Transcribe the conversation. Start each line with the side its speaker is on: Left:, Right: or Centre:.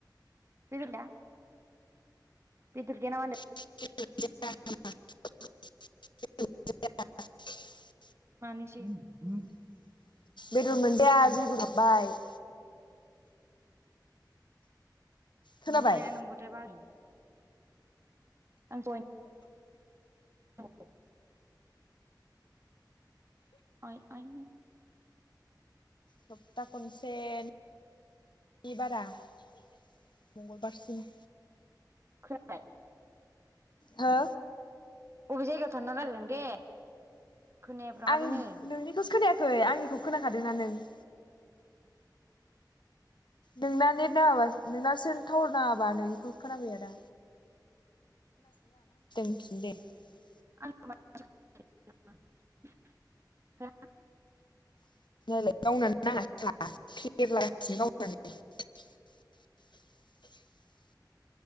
Right: <unintelligible> बेदर गैया नामा होनदों?
Left: <unintelligible>
Right: मानिसि <unintelligible>
Left: बेदर मोनजाया जोयगुरु हाबबाय <inaudible> खोनाबाय
Right: नंखाय ना नंगौथाय <unintelligible> आं <unintelligible> आइ आइ
Left: सप्ता खनसे <unintelligible> नि बारा <inaudible> मंगलबारसिम
Right: खोनाबाय?
Left: हो
Right: अबे जायगायाव थाना रायलायदों दे खोनायाब्राबाबोनो
Left: आं नोंनिखौसो खोनायाखै आंनिखौ खोनाखादोंना नों? <inaudible> नोंना नेट नाङाबा नोंनासो टावार नाङा बा नोंनिखौ खोनाफैया दा <unintelligible>
Right: <unintelligible>
Left: <unintelligible> <inaudible>